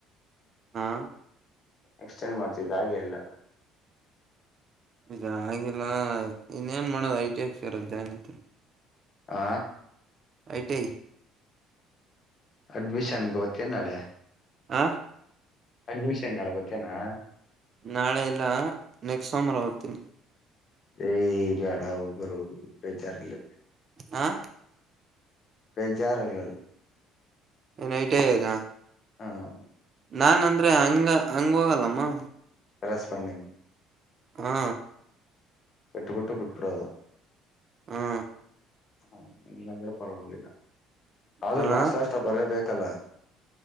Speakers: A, on the right; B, on the left.
A: ಹಾ
B: ಎಕ್ಸ್ಟೆಂಡ್ ಮಾಡ್ತ ಹಾಗೆ ಎಲ್ಲ
A: ಇದ ಹಂಗಿಲ್ಲ ಇನ್ನ ಏನ್ ಮಾಡೋದ ಐ ಟಿ ಎಕ್ ಸೇರ ಜನ
B: ಆ
A: ಐಟಿ
B: ಅಡ್ಮಿಷನ್ಗೆ ಹೋಗ್ತೀಯ ನಾಳೆ
A: ಆ
B: ಅಡ್ಮಿಶನ್ ಹೇಳಬೇಕೇನಾ
A: ನಾಳೆ ಎಲ್ಲ ನೆಕ್ಸ್ಟ್ ಸೋಮವಾರ ಹೋಯಿತೀನಿ
B: ಏ ಬೇಡ ಒಬ್ಬರು ಬೇಜಾರಲ
A: ಹಾ
B: ಬೇಜಾರು ಆಗಲಿ
A: ಏನ್ ಐಟಿ ಯಾಗ
B: ಹ್ಮ
A: ನಾನ್ ಅಂದ್ರೆ ಹಂಗ ಹಂಗ ಹೋಗಲ್ಲಮ್ಮ
B: ರೆಸ್ಪಾಂಡಿಂಗ್
A: ಹಾ.
B: ಎಟ್ಟು ಬಿಟ್ಟು ಬಿಟ್ಬಿಡದ.
A: ಹಾ
B: ಹ ಇಲ್ಲಾದ್ರೂ ಪರವಾಗಿಲ್ಲ ಆದ್ರೂ
A: ಹಾ
B: ಲಾಸ್ಟ್ ಲಾಷ್ಟ ಬರಬೇಕು ಕಲ